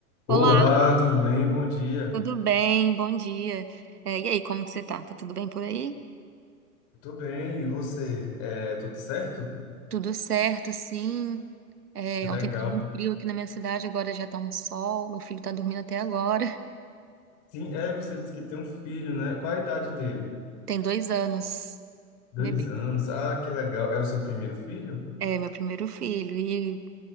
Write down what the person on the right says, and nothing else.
Olá,
tudo bem? Bom dia. É, e aí, como que você tá? Tá tudo bem por aí?
Tudo certo, sim. É,
ontem tava um frio aqui na minha cidade, agora já tá um sol. Meu filho tá dormindo até agora.
Tem dois anos,
bebê.
É meu primeiro filho e